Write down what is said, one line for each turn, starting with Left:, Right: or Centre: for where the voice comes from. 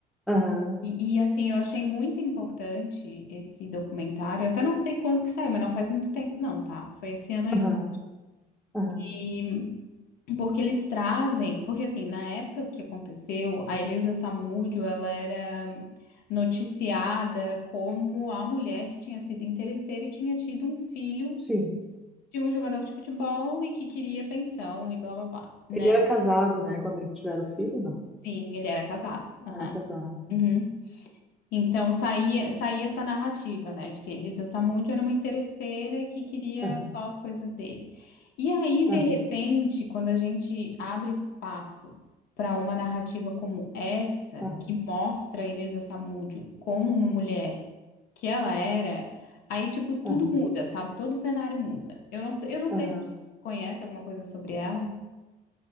Centre: aham,
Left: E, e, assim, eu achei muito importante esse documentário. Eu até não sei quando que saiu, mas não faz muito tempo não, tá? Foi esse ano ainda.
Centre: aham. aham.
Left: E porque eles trazem, porque assim, na época que aconteceu, a Elisa Samúdio, ela era noticiada como a mulher que tinha sido interesseira e tinha tido um filho
Centre: Sim.
Left: de um jogador de futebol e que queria pensão e blá blá blá, né?
Centre: Ele era casado, né? Quando eles tiveram filho, não.
Left: Sim, ele era casado. Aham.
Centre: Era casado.
Left: Uhum. Então saía, saía essa narrativa, né, de que a Elisa Samúdio era uma interesseira e que queria
Centre: Aham,
Left: só as coisas dele. E aí,
Centre: aham,
Left: de repente, quando a gente abre espaço para uma narrativa como essa,
Centre: aham,
Left: que mostra a Elisa Samúdio como uma mulher que ela era, aí, tipo, tudo
Centre: aham,
Left: muda, sabe? Todo o cenário muda. Eu não sei, eu não
Centre: aham.
Left: sei se tu conhece alguma coisa sobre ela,